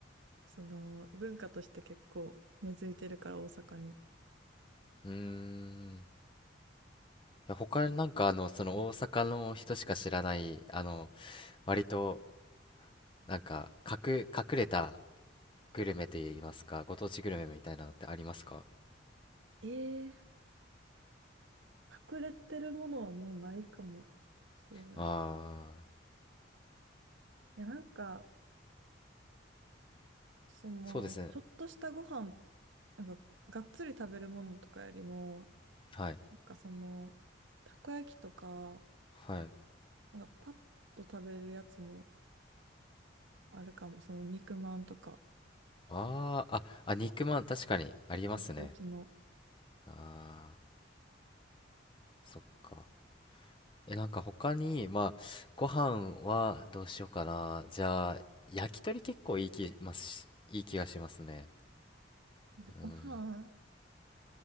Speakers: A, on the right; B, on the left.
A: その、文化として結構根付いてるから、大阪に。
B: うーん。いや、他になんか、あの、その大阪の人しか知らない、あの、割と、なんか、隠、隠れたグルメといいますか、ご当地グルメみたいなのってありますか
A: えー、隠れてるものはもうないかもしれない。
B: ああー、
A: いや、なんか、その、
B: そうですね。
A: ちょっとしたご飯、なんか、がっつり食べるものとかよりも、
B: はい。
A: なんかその、たこ焼きとか、
B: はい。
A: なんかパッと食べれるやつもあるかも。その肉まんとか、
B: あーあ、あ、肉まん、確かにありますね。
A: うちの。
B: あー、そっか。え、なんか他に、まあ、ご飯はどうしようかな。じゃあ、焼き鳥結構いい気ますいい気がしますね。
A: ご飯、
B: うーん、